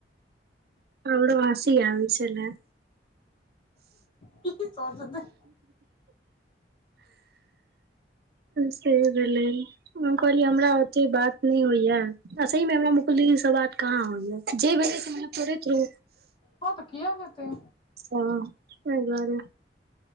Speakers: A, on the right; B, on the left.
A: हमरो हासी आबै छले।
B: की सोचत हे।
A: से भेलै हम कहलियै हमरा से बात नै होइया अ सही में हमरा मुकुल दीदी स बात कहाँ होइया। जे भेले से हमरा तोड़े थ्रू।
B: हां तऽ किओ हेते।
A: अच्छा तेय दुआरे